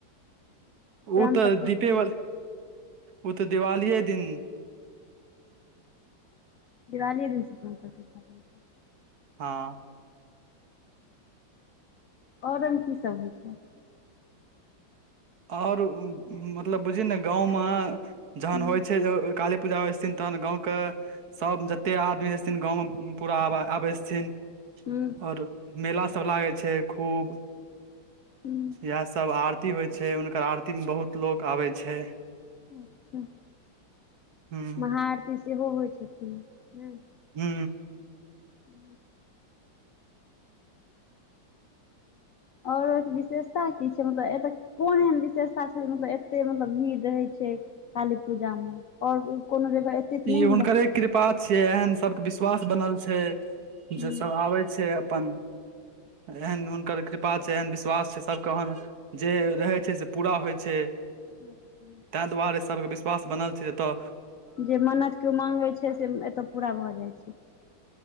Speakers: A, on the left; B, on the right.
A: प्राण
B: ओ तऽ
A: प्रतिष्ठा
B: दीपेवली ओ तऽ दिवालीए दिन
A: दिवालीे दिन से प्राण प्रतिष्ठा <unintelligible>
B: हँ
A: ओर ओमय की सब होइ छै
B: ओर मतलब बुझिय ने गाँंव मे
A: हूँ
B: जहन होइ छै काली पूजा होइ छथिन तहन गाँवके सभ जते आदमी रहे छथिन गाँवमे पूरा आ आबै छथिन
A: हूँ
B: ओर मेला सभ लागै छै खूब
A: हूँ
B: इएह सब आरती होइ छै हुनकर आरतीमे बहुत लोक आबै छै
A: अच्छा
B: हूं
A: महा आरती सेहो होइ छथिन नऽ
B: हू
A: हू ओर ओहिके विशेषता की छै मतलब एतय कोन एहन विशेषता छै मतलब एते मतलब भीड़ रहै छै काली पूजामे ओर कोनो जगह तऽ
B: ई
A: नहि हम
B: हुनकरे
A: देखै छियै
B: कृपा छिय एहन सबके विश्वास बनल छै
A: हूँ
B: जे सब आबै छै अपन एहन हुनकर कृपा कृपा छै एहन विश्वास छै सभके ओहमे जे रहै छै से पूरा होइ छै
A: अच्छा
B: ताहि दुआरे सभके विश्वास बनल छै जतऽ
A: जे मन्नत केओ माँग होैत छै से एतय पूरा भऽ जाइ छै